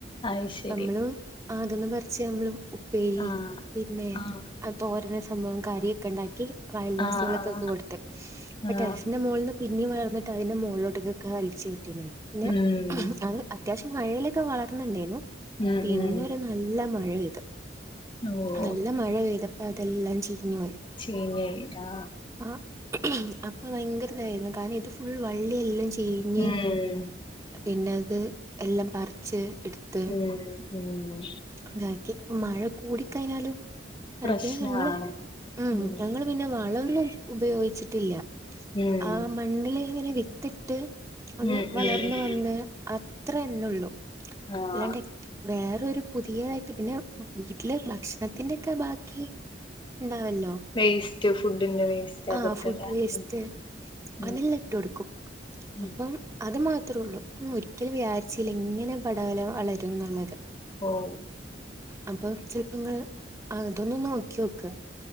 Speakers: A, on the left; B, on the right.
A: അത് ശരി
B: നമ്മളും ആ അതൊന്ന് പറിച്ച് നമ്മള് ഉപ്പേരി
A: ആഹ്
B: പിന്നെ
A: ആഹ്
B: തോരന സംഭവം കാര്യൊക്കെ ഉണ്ടാക്കി അയൽവാസികൾക്കക്ക
A: ആഹ്
B: കൊടുത്ത്
A: ആഹ്
B: അപ്പൊ
A: ആഹ്
B: ടെറസിന്റെ മുകളിൽന്ന് പിന്നെ വളർന്നട്ട് അതിന്റെ മുകളിലോട്ട ഒെ വലിച്ചകേറ്റിനി പിന്നെ
A: ഉം
B: അത് അത്യാവശ്യം മഴയിലൊക്കെ വളർന്നണ്ടായിരുന്നു
A: ഉം
B: പിന്നരു
A: ഉം
B: നല്ല മഴ പെയ്തു
A: ഓഹ്
B: നല്ല മഴ പെയ്ത അപ്പൊ അതെല്ലാ ചീഞ്ഞു പോയി
A: ചീഞ്ഞു പോയി ആഹ
B: ആ അപ്പൊ ഭയങ്കര ഇതായിരുന്നു കാരണം ഇത് ഫുൾ വള്ളിയെല്ലാം ചീഞ്ഞു
A: ഉം
B: പിന്നെ ത് എല്ലാം പ റിച്ച് എടുത്ത്
A: ഉം ഉം
B: അതാക്കി മഴ കൂടി കഴിഞ്ഞാലും <unintelligible>
A: പ്രശ്നാണ്
B: പി ഞങ്ങള് ഉ
A: ഉം
B: ഞങ്ങ പിന്നെ വളമൊന്നും ഉപയോഗിച്ചിട്ടില്ല
A: ഉം
B: ആ മണ്ണിൽ ഇങ്ങനെ വിത്തിട്ട് അത്
A: ഉം
B: വളർന്ന്
A: ഉം
B: വന്ന് അത്ര ന്നെള്ളൂ
A: ആഹ്
B: അല്ലാണ്ട് വേറെ അ ഒരു പുതിയതായിട്ട് പിന്നെ വീട്ടില് ഭക്ഷണത്തിന്റെൊക്കെ ബാക്കി ഉണ്ടാവല്ലോ
A: വേസ്റ്റ് ഫുഡിന്റെ വേസ്റ്റ് അതൊക്കെല്ലേ
B: ആഹ ഫുഡ് വേസ്റ്റ്
A: ഉം ഉം
B: അതെല്ലാം ഇട്ട് കൊടുക്കും
A: ഉം
B: അപ്പൊ അത് മാത്രേ ഉള്ളൂ ഒരിക്കൽ വിയാരിച്ചല്ല ഇങ്ങനെ പടവല വളരും എന്നുള്ളത്
A: ഓഓ
B: അപ്പൊ ചിലപ്പോ നിങ്ങള് അതൊന്നും നോക്കി നോക്ക